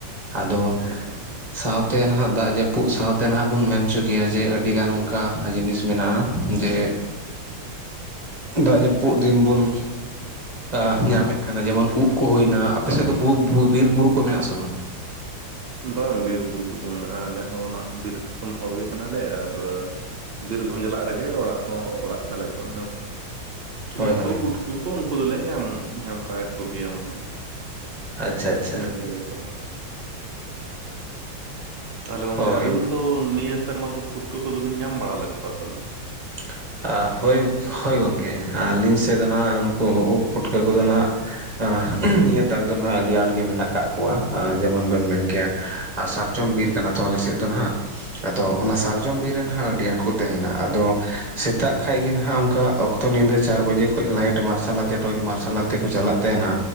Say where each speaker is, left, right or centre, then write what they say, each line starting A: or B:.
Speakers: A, on the right; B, on the right.
A: ᱟᱫᱚ
B: <unintelligible>
A: ᱥᱟᱶᱛᱮ ᱱᱟᱦᱟᱸᱜ ᱫᱟᱜᱽ ᱡᱟᱹᱯᱩᱜ ᱥᱟᱶᱛᱮ ᱱᱟᱦᱟᱸᱜ ᱵᱚᱱ ᱢᱮᱱᱪᱚ ᱠᱮᱭᱟ ᱡᱮ ᱟᱹᱰᱤᱜᱟᱱ ᱚᱱᱠᱟ ᱡᱤᱱᱤᱥ ᱢᱮᱱᱟᱜᱼᱟ ᱡᱮ ᱫᱟᱜᱽ ᱡᱟᱹᱯᱩᱫ ᱫᱤᱱ ᱵᱚᱱ ᱟ ᱧᱟᱢᱮᱜ ᱠᱟᱱᱟ ᱡᱮᱢᱚᱱ ᱩᱵ ᱠᱚ ᱦᱩᱭᱱᱟ ᱟᱯᱮ ᱥᱮᱜ ᱫᱚ ᱵᱩ ᱵᱩ ᱵᱤᱨ ᱵᱩᱨᱩ ᱠᱚ ᱢᱮᱱᱟᱜ ᱟᱥᱮ ᱵᱟᱝ?
B: ᱵᱟᱝ ᱵᱤᱨᱵᱩᱨᱩ ᱠᱚᱫᱚ ᱢᱮᱱᱟᱜᱼᱟ ᱟᱞᱮ ᱦᱚᱸ ᱚᱱᱟ ᱵᱤᱨ ᱫᱤᱥᱚᱢ ᱦᱚᱲᱜᱮ ᱠᱟᱱᱟᱞᱮ ᱟᱨ ᱵᱤᱨ ᱜᱷᱚᱸᱡᱽᱞᱟᱜ ᱨᱮᱜᱮ ᱚᱲᱟᱜ ᱦᱚᱸ ᱚᱲᱟᱜ ᱛᱟᱞᱮ ᱫᱚ ᱦᱮᱸ᱾
A: ᱦᱳᱭ
B: ᱩᱫ
A: ᱦᱳᱭ
B: ᱠᱚ ᱯᱩᱴᱠᱩ ᱠᱚ ᱩᱱᱠᱩ ᱫᱚᱞᱮ ᱧᱟᱢ ᱧᱟᱢ ᱦᱚᱨᱟᱭᱮᱜ ᱠᱚᱜᱮᱭᱟ ᱢᱟᱱᱮ᱾
A: ᱟᱪᱪᱷᱟ ᱟᱪᱪᱷᱟ
B: ᱮᱱᱮ ᱮᱝᱠᱟ ᱜᱮᱛᱚ, ᱛᱟᱦᱚᱞᱮ ᱜᱚᱢᱹᱝᱠᱮ
A: ᱦᱳᱭ
B: ᱟᱹᱵᱤᱱ ᱫᱚ ᱱᱤᱭᱟᱹ ᱥᱮᱨᱢᱟ ᱫᱚ ᱯᱩᱴᱠᱟᱹ ᱠᱚᱫᱚᱵᱤᱱ ᱧᱟᱢ ᱵᱟᱲᱟ ᱞᱮᱫ ᱠᱚᱣᱟ ᱥᱮ ᱵᱟᱝ?
A: <inaudible> ᱟ ᱦᱳᱭ ᱦᱳᱭ ᱜᱚᱝᱠᱮ, ᱟᱞᱤᱧ ᱥᱮᱜ ᱫᱚ ᱱᱟᱦᱟᱸᱜ ᱱᱩᱠᱩ ᱩᱵ ᱯᱩᱴᱠᱟᱹ ᱠᱚᱫᱚ ᱱᱟᱦᱟᱸᱜ, ᱟ ᱱᱤᱭᱟᱹ ᱛᱟᱠ ᱫᱚ ᱱᱟᱦᱟᱸᱜ ᱟᱹᱰᱤ ᱟᱸᱴ ᱜᱮ ᱢᱮᱱᱟᱜ ᱠᱟᱜ ᱠᱚᱣᱟ ᱡᱮᱢᱚᱱ ᱵᱮᱱ ᱢᱮᱱ ᱠᱮᱭᱟ ᱟᱨ ᱥᱟᱨᱡᱚᱢ ᱵᱤᱨ ᱠᱟᱱᱟ ᱛᱚ ᱟᱞᱮᱥᱮᱫ ᱫᱚ ᱱᱟᱦᱟᱜ᱾ ᱟᱫᱚ ᱚᱱᱟ
B: ᱦᱮᱸ
A: ᱥᱟᱨᱡᱚᱢ ᱵᱤᱨ ᱨᱮ ᱱᱟᱦᱟᱜ ᱟᱹᱰᱤ ᱟᱸᱴ ᱠᱚ ᱛᱟᱦᱮᱱᱟ ᱟᱫᱚ ᱥᱮᱛᱟᱜ ᱠᱷᱟᱡ ᱜᱮ ᱱᱟᱦᱱᱟᱜ ᱚᱝᱠᱟ ᱚᱠᱛᱚ ᱧᱤᱫᱟᱹ ᱪᱟᱨ ᱵᱟᱡᱮ ᱠᱷᱚᱡ ᱞᱟᱭᱤᱴ ᱢᱟᱨᱥᱟᱞ ᱟᱛᱮ ᱴᱚᱨᱪ ᱢᱟᱨᱥᱟᱞ ᱟᱛᱮ ᱠᱚ ᱪᱟᱞᱟᱜ ᱛᱟᱦᱮᱱᱟ